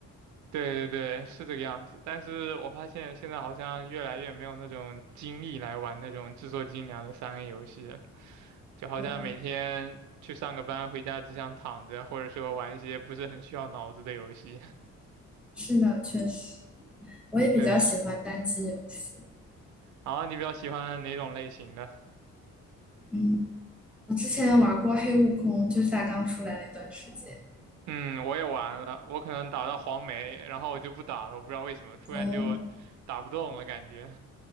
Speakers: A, on the right (about 70°); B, in the centre.
A: 对对对，是这个样子。但是我发现现在好像越来越没有那种精力来玩那种制作精良的三 A 游戏了，就好像每天去上个班，
B: 嗯，
A: 回家只想躺着，或者说玩一些不是很需要脑子的游戏。
B: 是的，确实，
A: <laughs>
B: 我也比较喜欢单机游戏。
A: 对，然后你比较喜欢哪种类型的？
B: 嗯，我之前玩过《黑悟空》，就是它刚出来那段时间。
A: 嗯，我也玩了，我可能打到黄梅，然后我就不打了，我不知道为什么，突然就打不动了感觉。
B: 哦。